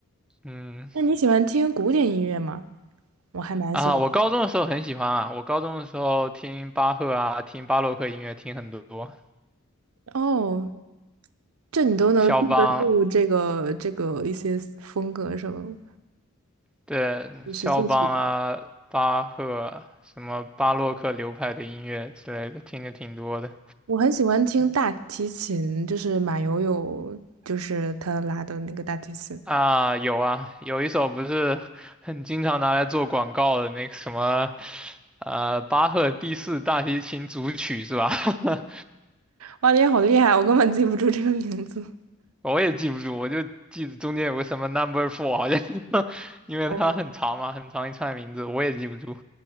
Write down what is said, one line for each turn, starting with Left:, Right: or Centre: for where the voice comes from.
Centre: 嗯，
Right: 那你喜欢听古典音乐吗？我还蛮喜欢。
Centre: 啊，我高中的时候很喜欢啊，我高中的时候听巴赫啊，听巴洛克音乐听很多，
Right: 哦，这你都能记得住这个这个一些风格什么，
Centre: 肖邦，对，
Right: 就是作曲。
Centre: 肖邦啊，巴赫，什么巴洛克流派的音乐之类的，听的挺多的。
Right: 我很喜欢听大提琴，就是马友友，就是他拉的那个大提琴。
Centre: 啊，有啊，有一首不是很经常拿来做广告的那个什么，呃，巴赫第四大提琴组曲是吧？<laughs>
Right: 哇，你好厉害，我根本记不住这个名字。
Centre: 我也记不住，我就记得中间有个什么 number four，好像 <laughs> 因为它很长嘛，
Right: 哦，
Centre: 很长一串名字，我也记不住，